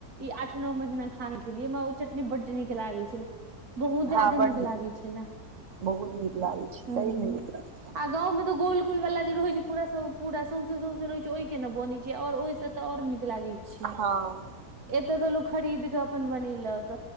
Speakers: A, on the right; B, on the right.
A: ई आठ नौ महिना खाना खेलियै हमरा ओ चटनी बड्ड नीक लागै छलै। बहुत जादे
B: हँ बड
A: नीक लागै छलै,
B: बहुत नीक लागै छै
A: हूं।
B: सहीमे नीक लागै
A: आ गांव में त गोल गोल बला जे रहै छै पूरा सौं पूरा सौंसे सौंसे रहे ओहिके ने बनै छै आओर ओहिस तऽ आओर नीक लागै छै।
B: हँ
A: एते तऽ लोक खरीद क अपने बनेलक